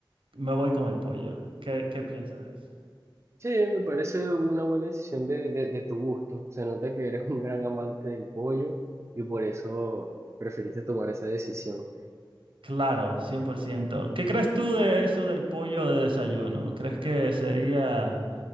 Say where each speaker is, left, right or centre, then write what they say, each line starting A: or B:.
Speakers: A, on the right (about 85°); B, on the right (about 30°).
A: Me voy con el pollo. ¿Qué, qué piensas de eso?
B: Sí, me parece una buena decisión de, de, de tu gusto. Se nota que eres un gran amante del pollo y por eso preferiste tomar esa decisión.
A: Claro, 100%. ¿Qué crees tú de eso del pollo de desayuno? ¿Crees que sería